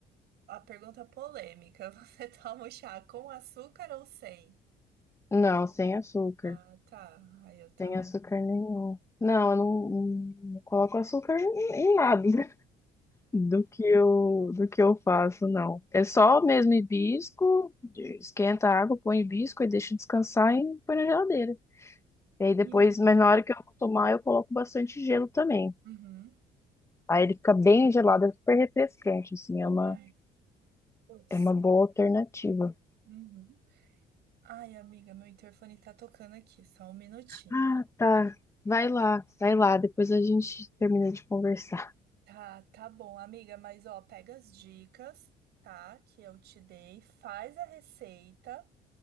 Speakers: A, on the right; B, on the left.
A: a pergunta polêmica. <laughs> Você toma o chá com açúcar ou sem?
B: Não, sem açúcar.
A: Ah, tá. Ai, eu também.
B: Sem açúcar nenhum. Não, eu não, não coloco açúcar em em nada <laughs> do que eu do que eu faço, não. É só mesmo hibisco, esquenta a água, põe hibisco e deixa descansar e põe na geladeira. E aí depois,
A: E um-
B: mas na hora que eu vou tomar, eu coloco bastante gelo também.
A: Uhum.
B: Aí ele fica bem gelado, é super refrescante, assim, é uma,
A: Ai, putz.
B: é uma boa alternativa.
A: Uhum. Ai, amiga, meu interfone tá tocando aqui. Só um minutinho.
B: Ah, tá. Vai lá, vai lá, depois a gente termina de conversar.
A: Tá, tá bom, amiga, mas ó, pega as dicas, tá? Que eu te dei, faz a receita,